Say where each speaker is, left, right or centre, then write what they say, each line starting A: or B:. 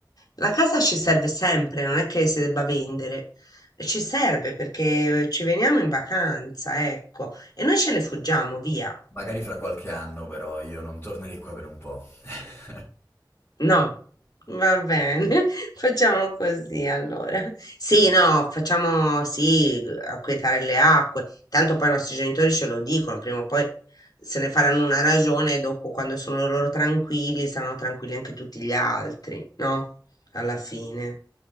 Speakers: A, on the left; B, on the left.
A: la casa ci serve sempre, non è che si debba vendere. Ci serve perché ci veniamo in vacanza, ecco, e noi ce ne fuggiamo via.
B: Magari fra qualche anno, però, io non tornerei qua per un po'. <laughs>
A: No, va bene, <laughs> facciamo così allora. Sì, no, facciamo sì, acquietare le acque. Tanto poi i nostri genitori ce lo dicono, prima o poi se ne faranno una ragione e dopo quando sono loro tranquilli, saranno tranquilli anche tutti gli altri, no? Alla fine.